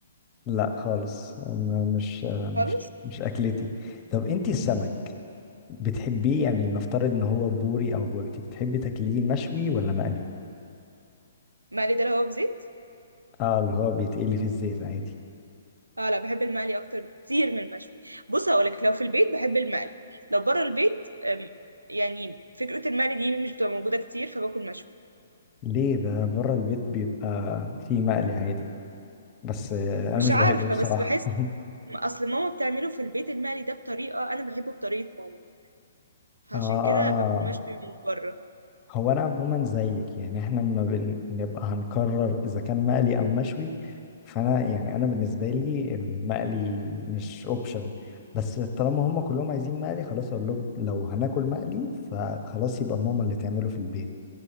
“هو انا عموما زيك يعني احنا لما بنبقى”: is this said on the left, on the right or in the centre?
Left